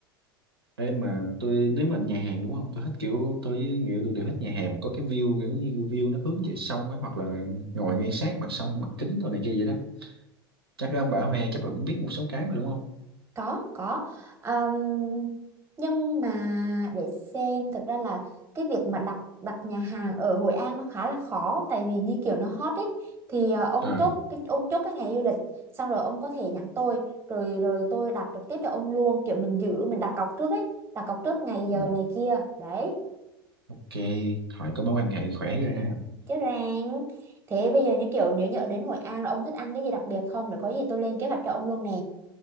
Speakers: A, on the right (about 80°); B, on the right (about 20°).
A: Ê mà tôi nếu mà nhà hàng đúng không tôi thích kiểu tôi với người yêu tôi đều thích nhà hàng mà có cái view kiểu như view nó hướng về sông ấy hoặc là ngồi ngay sát mặt sông mặt kính đồ này kia vậy đó chắc là ông bà Hoàng chắc là cũng biết một số cái mà đúng không
B: có có Ờm, nhưng mà để xem thực ra là cái việc mà đặt đặt nhà hàng ở Hội An nó khá là khó tại vì như kiểu nó hot ấy thì ờ, ông
A: à,
B: chốt cái ông chốt cái ngày du lịch xong rồi ông có thể nhắn tôi rồi rồi tôi đặt trực tiếp cho ông luôn kiểu mình giữ mình đặt cọc trước ấy đặt cọc trước ngày giờ
A: à
B: này kia đấy
A: ok hỏi có mối quan hệ khỏe rồi ha
B: chứ ràng thế bây giờ như kiểu nếu nhỡ đến Hội An là ông thích ăn cái gì đặc biệt không để có gì tôi lên kế hoạch cho ông luôn nè